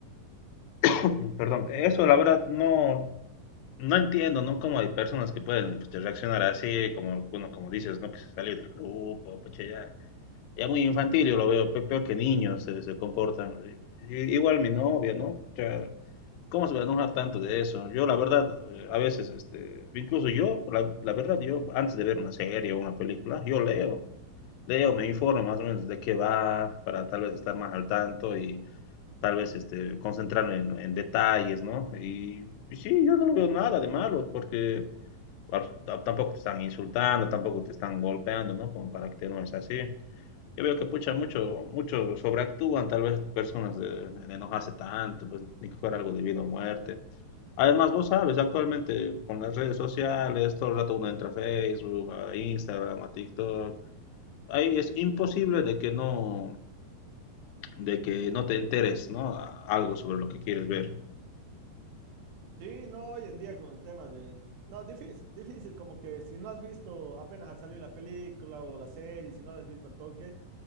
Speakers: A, on the left; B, on the right.
A: <clears throat> perdón, eso la verdad no, no entiendo, ¿no? Cómo hay personas que pueden pucha, reaccionar así, como, bueno, como dices, ¿no? Que se salió del grupo, pucha, ya. ya muy infantil, yo lo veo, pe- peor que niños se, se comportan. I- Igual mi novia, ¿no? O sea, ¿cómo se va a enojar tanto de eso? Yo, la verdad, eh, a veces, este, incluso yo, la, la verdad, yo, antes de ver una serie o una película, yo leo, leo, me informo más o menos de qué va, para tal vez estar más al tanto y tal vez, este, concentrarme en, en detalles, ¿no? Y, y sí, yo no lo veo nada de malo, porque bueno, t- tampoco te están insultando, tampoco te están golpeando, ¿no? Como para que te enojes así. Yo veo que pucha, mucho, mucho sobreactúan, tal vez personas de, de no hace tanto, pues ni que fuera algo de vida o muerte. Además, vos sabes, actualmente con las redes sociales, todo el rato uno entra a Facebook, a Instagram, a TikTok. Ahí es imposible de que no, de que no te enteres, ¿no? A- Algo sobre lo que quieres ver.
B: Sí, no, hoy en día con el tema de... No, difícil, difícil, como que si no has visto apenas ha salido la película o la serie, si no la has visto al toque,